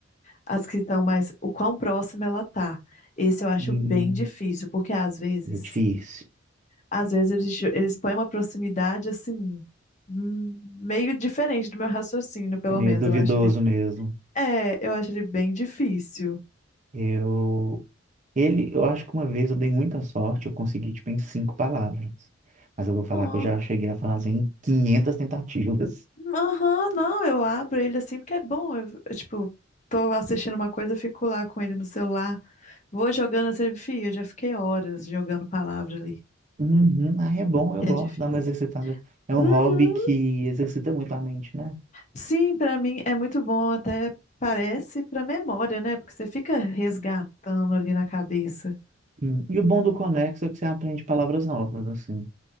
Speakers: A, on the left (about 35°); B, on the right (about 40°).
A: as que estão mais, o quão próxima ela tá. Esse eu acho
B: Hum,
A: bem difícil, porque às vezes,
B: é difícil.
A: às vezes eles, eles põem uma proximidade assim, hum, meio diferente do meu raciocínio, pelo
B: É meio
A: menos.
B: duvidoso
A: Eu acho ele,
B: mesmo.
A: é, eu acho ele bem difícil.
B: Eu, ele, eu acho que uma vez eu dei muita sorte, eu consegui, tipo, em cinco palavras. Mas eu vou falar
A: Ó,
B: que eu já cheguei a fazer em 500 tentativas.
A: Aham, não, eu abro ele assim porque é bom. Eu, eu, tipo, tô assistindo uma coisa, eu fico lá com ele no celular, vou jogando assim, fia, eu já fiquei horas jogando palavra ali,
B: Uhum, ah, é bom, eu
A: que
B: gosto
A: é difícil.
B: de dar uma exercitada. É um
A: Uhum,
B: hobby que exercita muito a mente, né?
A: Sim, para mim é muito bom, até parece para memória, né? Porque você fica resgatando ali na cabeça.
B: Sim. E o bom do Conexo é que você aprende palavras novas, assim.